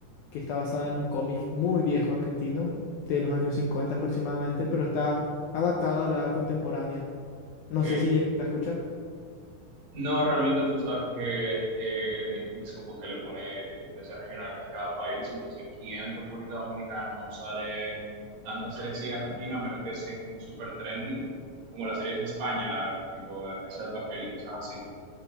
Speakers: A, on the left (about 75°); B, on the right (about 65°).
A: que está basada en un cómic muy viejo argentino, de los años 50 aproximadamente, pero está adaptada a la edad contemporánea. No
B: Ok.
A: sé si llegaste a escuchar.
B: No, realmente tú sabes que eh, Netflix como que le pone diferencias regionales a cada país, entonces aquí en República Dominicana no salen tantas series así argentinas, a menos que sean como super trending, como las series de España, tipo La Casa de Papel y cosas así.